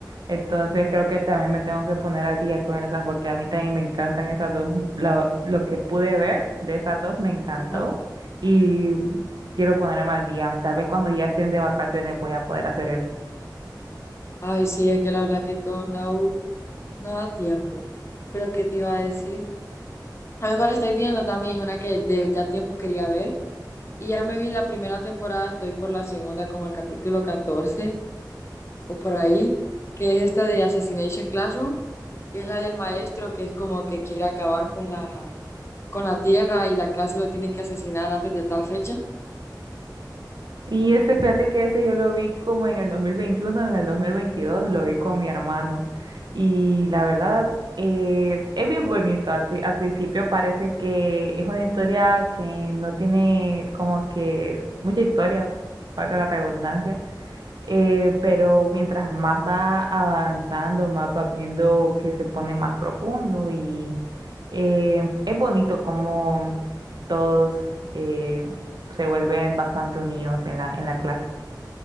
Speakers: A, on the right; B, on the left.
A: Entonces creo que también me tengo que poner al día con esas porque a mí también me encantan esas dos. Lo, lo que pude ver de esas dos me encantó
B: Ajá.
A: y quiero ponerme al día. Tal vez cuando ya estén de vacaciones voy a poder hacer eso.
B: Ay, sí, es que la verdad que con AU no da tiempo. Pero ¿qué te iba a decir? ¿Sabes cuál estoy viendo también? Una que de ya tiempos quería ver. Y ya me vi la primera temporada, estoy por la segunda, como el capítulo 14 o por ahí, que es esta de Assassination Classroom, que es la del maestro que es como que quiere acabar con la, con la tierra y la clase lo tiene que asesinar antes de tal fecha.
A: Y ese, fíjate que ese yo lo vi como en el 2021, en el 2022 lo vi con mi hermano. Y la verdad, eh, es bien bonito. Al, fi- al principio parece que es una historia que no tiene como que mucha historia, pa- valga la redundancia. eh,
B: Ujú.
A: pero mientras más va avanzando, más va viendo que se pone más profundo eh, es bonito como todos eh, se vuelven bastante unidos en la, en la clase.